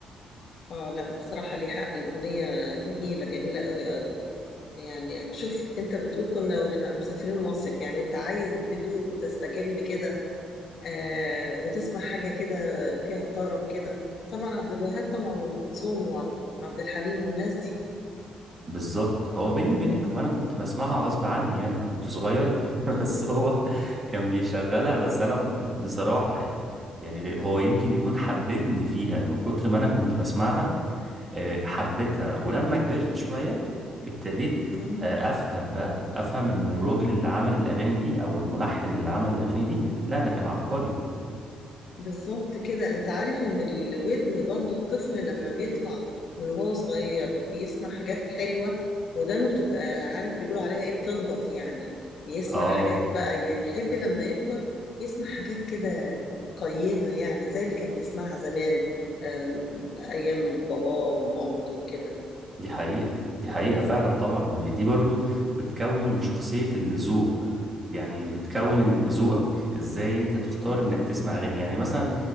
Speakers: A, on the left; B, on the right.
A: اه لا بصراحة ليه حق الأغنية جميلة جميلة قوي قوي يعني شوف انت بتقول كنا واحنا مسافرين مصيف يعني انت عايز هدوء وتستجم كده آه وتسمع حاجة كده فيها طرب كده طبعا عبد الوهاب طبعا وأم كلثوم وعبد الحليم والناس دي
B: بالظبط هو بيني وبينك هو انا كنت بسمعها غصب عني يعني انا كنت صغير <laughs> بس هو كان بيشغلها بس انا بصراحه يعني يعني هو يمكن يكون حببني فيها من كتر ما انا كنت بسمعها آه، حبيتها ولما كبرت شوية ابتديت
A: مم.
B: آه، افهم بقى افهم ان الراجل اللي عمل الاغاني دي او الملحن اللي عمل الاغاني دي لا ده كان عبقري
A: بالظبط كده انت عارف ان الودن برضو الطفل لما بيطلع من وهو صغير بيسمع حاجات حلوة ودانه بتبقى عارف بيقولوا عليها ايه بتنضف يعني بيسمع
B: اه
A: حاجات بقى بيحب لما يكبر يسمع حاجات كده قيمة يعني زي اللي كان بيسمعها زمان آم، ايام باباه ومامته وكده
B: دي حقيقة دي حقيقة فعلا طبعا ما هي دي برضو بتكون شخصية الذوق يعني بتكون إن- ذوقك ازاي انت تختار
A: اه
B: انك تسمع اغاني يعني مثلا